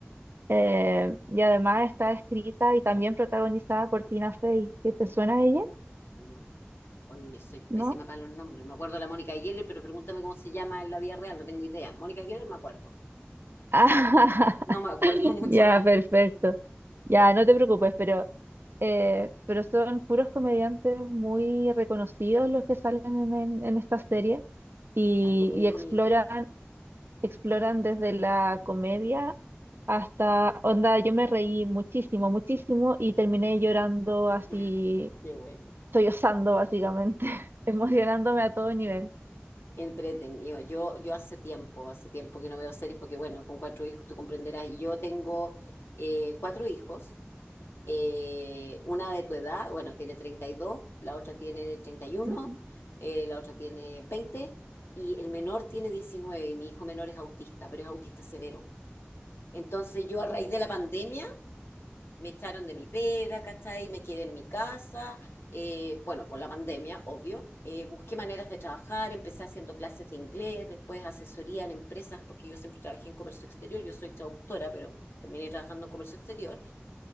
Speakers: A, on the right; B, on the left.
A: eh, y además está escrita y también protagonizada por Tina Fey, ¿que te suena a ella?
B: No, oye, yo soy pésima
A: ¿No?
B: para los nombres. Me acuerdo de la Mónica Geller, pero pregúntame cómo se llama en la vida real, no tengo idea. Mónica Geller me acuerdo.
A: <laughs>
B: No me acuerdo <laughs> mucho
A: Ya,
B: más.
A: perfecto. Ya, no te preocupes, pero, eh, pero son puros comediantes muy reconocidos los que salen en, en- en esta serie y,
B: Si algo me
A: y
B: dijo
A: exploran,
B: mi hija.
A: exploran desde la comedia hasta, onda, yo me reí muchísimo, muchísimo y terminé llorando así,
B: <laughs> Qué bueno.
A: sollozando básicamente, <laughs> emocionándome a todo nivel.
B: Entretenido. Yo, yo hace tiempo, hace tiempo que no veo series porque, bueno, con cuatro hijos, tú comprenderás. y Yo tengo eh, cuatro hijos eh, una de tu edad, bueno, tiene 32, la otra tiene 31,
A: Ujú,
B: eh, la otra tiene 20 y el menor tiene 19 y mi hijo menor es autista, pero es autista severo. Entonces yo a raíz de la pandemia me echaron de mi pega, ¿cachai? Me quedé en mi casa, eh, bueno, por la pandemia, obvio. Eh, busqué maneras de trabajar, empecé haciendo clases de inglés, después asesoría en empresas, porque yo siempre trabajé en comercio exterior, yo soy traductora, pero terminé trabajando en comercio exterior.